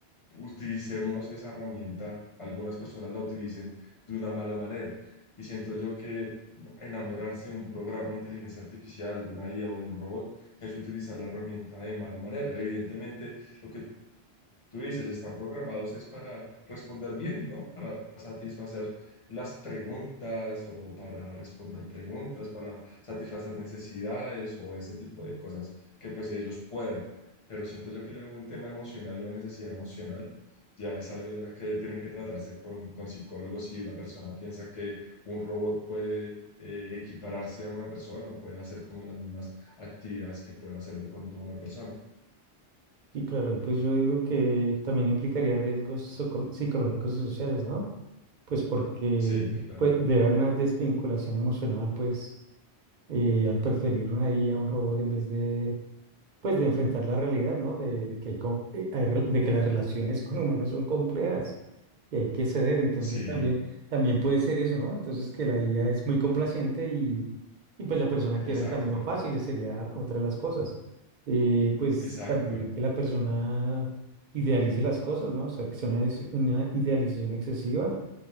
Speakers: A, on the left; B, on the right.
A: utilicemos esa herramienta, algunas personas la utilicen de una mala manera. Y siento yo que enamorarse de un programa de inteligencia artificial, de una IA o de un robot, es utilizar la herramienta de mala manera. Evidentemente, lo que tú dices, están programados es para responder bien, ¿no? Para satisfacer las preguntas o para responder preguntas, para satisfacer necesidades o ese tipo de cosas que pues ellos pueden. Pero siento yo que ya un tema emocional y una necesidad emocional ya es algo ya que tiene que tratarse con, con psicólogos si la persona piensa que un robot puede... eh, equipararse a una persona o puede hacer como las mismas actividades que puede hacer de pronto una persona.
B: Y claro, y pues yo digo que también implicaría riesgos soco- psicológicos y sociales, ¿no? Pues porque
A: Sí, claro.
B: pues, debe haber una desvinculación emocional, pues, eh, al preferir una IA a a un robot en vez de pues de enfrentar la realidad, ¿no? De, de que hay, co- eh, hay re- de que las relaciones con humanos son complejas y hay que ceder. Entonces
A: Sí,
B: también, también puede ser eso, ¿no? Entonces que la IA es muy complaciente y, y pues la persona quiera
A: Exacto,
B: el camino fácil, esa sería otra de las cosas. Eh, pues
A: exacto,
B: también que la persona idealice las cosas, ¿no? O sea, que sea una, es- una idealización excesiva,